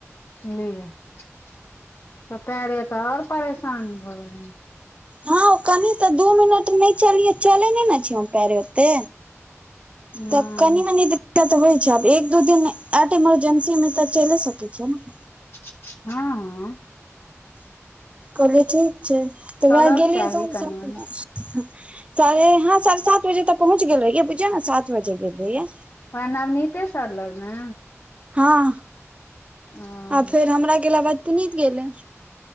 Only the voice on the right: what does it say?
हँ ओ कनि तऽ दू मिनट नहि चलियै चले नै ने छी हम पैरे ओते
तऽ कनि मनि दिक <inaudible> होइ छै आब एक दू दिन एते इमरजेंसी मे तऽ चैले सकै छिय नै
कॉलेजे छै तऽ
वएह गेलियै
त ऊ
सब
<inaudible> हुं साढ़े हँ साढ़े सात बजे तऽ पहुँच गेल रहियै बुझियौ ने सात बजे गेल रहियै
हँ
आ फेर हमरा गेला बाद पुनीत गेलै